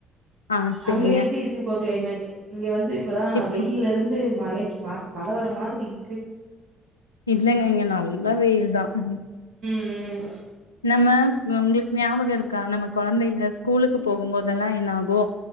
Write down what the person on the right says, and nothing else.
அங்க எப்படி இருக்கு இப்போ கிளைமேட் இங்க வந்து இப் இப்பதான்
வெயில்ல இருந்து மலைக்கு ம மழை வர மாதிரி இருக்கு
உம்